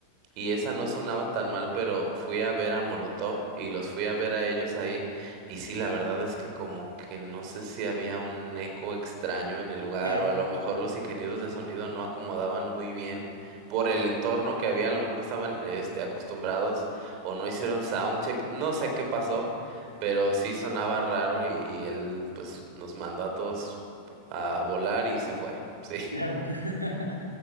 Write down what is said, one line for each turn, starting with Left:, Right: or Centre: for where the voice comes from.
Right: Y esa no sonaba tan mal, pero fui a ver a Molotov y los fui a ver a ellos ahí. Y sí, la verdad es que como que no sé si había un eco extraño en el lugar
Left: Ya.
Right: o a lo mejor los ingenieros de sonido no acomodaban muy bien por el entorno que había. A lo mejor estaban este, acostumbrados o no hicieron soundcheck. No sé qué pasó, pero sí sonaba raro y, y él pues nos mandó a todos a volar y se fue. <laughs> Sí.
Left: Claro. <laughs>